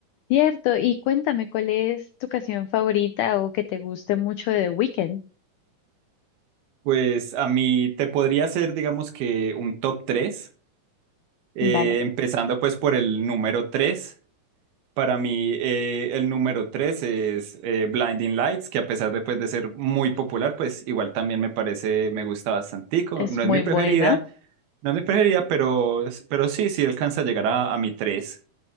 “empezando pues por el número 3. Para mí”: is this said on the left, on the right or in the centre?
Right